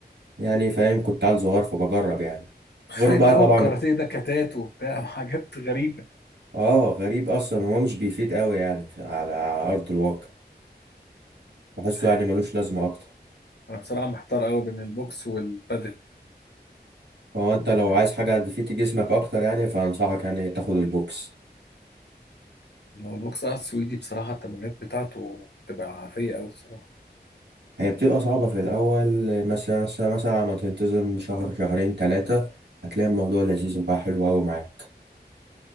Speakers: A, on the right (about 75°); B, on the left (about 75°).
A: يعني فاهم كنت عيل صغير فبجرب يعني
B: خايف
A: غير بقى
B: قوي
A: طبعا
B: الكاراتيه ده كتات وبتاع <laughs> وحاجات غريبة
A: اه غريب اصلا هو مش بيفيد قوي يعني على ارض الواقع بحسه
B: مش عارف.
A: يعني ملوش لازمة اكتر
B: أنا بصراحة محتار قوي بين البوكس والبادل
A: فهو انت
B: مش
A: لو
B: عارف
A: عايز حاجة تفيد جسمك اكتر يعني فانصحك يعني تاخد البوكس
B: هو البوكس اه السويدي بصراحة التمرينات بتاعته بتبقى عافية قوي الصراحة
A: هي بتبقى صعبة في الأول مثلا مثلا ما تنتظم شهر شهرين تلاتة هتلاقي الموضوع لذيذ وبقى حلو أوي معاك